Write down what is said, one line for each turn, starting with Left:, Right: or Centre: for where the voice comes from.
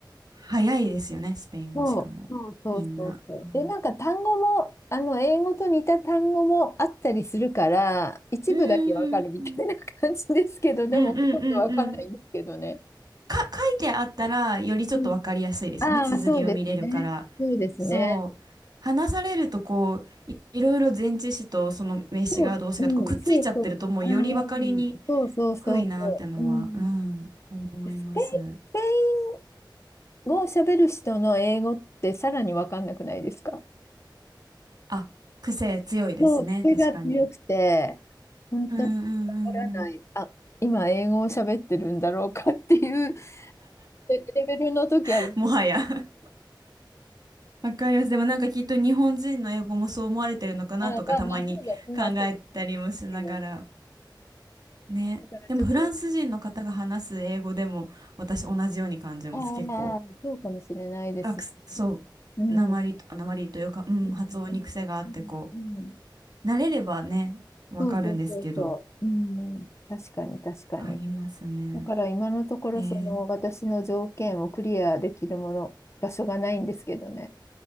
Right: 早いですよね、スペイン語しかも。
Left: そう、そうそうそうそう。
Right: みんな。うん
Left: で、なんか単語も、あの、英語と似た単語もあったりするから、一部だけわかるみたいな感じですけど、
Right: うーん、
Left: でも、
Right: うんうんうんうん。
Left: ほとんどわかんないんですけどね。
Right: か、書いてあったら、よりちょっとわかりやすいですよね。
Left: うん。ああ、
Right: 綴りを見れるから。
Left: そうですね。そうですね。
Right: そう。話されると、こう、い、いろいろ前置詞とその名詞が動詞がとかくっついちゃってると、
Left: そう。うん、そうそう。
Right: もうよりわかりに
Left: ああ、うんそうそうそうそう。
Right: くいなってのは、
Left: うん。
Right: うん、思います。
Left: スペインスペイ語を喋る人の英語ってさらにわかんなくないですか
Right: あ、癖強いですね。
Left: そう、癖が強くて、
Right: 確かに。
Left: 本当にわからない。
Right: うんうんうんうん。
Left: あ、今英語を喋ってるんだろうかっていう <laughs> レレベルの時あります。
Right: <laughs> もはや <laughs> わかります。でもなんかきっと日本人の英語もそう思われてるのかなとかたまに考えたりもしながら。
Left: あ、まあまあ、そうだ、まあそうだと思いますけど、
Right: ね。
Left: だからちょっと、
Right: でもフランス人の方が話す英語でも私同じように感じます。
Left: あ
Right: 結構。
Left: あ、そうかもしれないですね。
Right: あ、くすそ
Left: うん。
Right: う。鉛と、
Left: うん。
Right: 鉛というか、うん、
Left: うん。
Right: 発音に癖があってこ
Left: うん。うん
Right: う。慣れればね、わかるんですけど。
Left: そうそうそうそう。うん。確かに、確かに。
Right: ありますね。
Left: だから今のところその私の条件をクリアできるもの、
Right: えー、
Left: 場所がないんですけどね。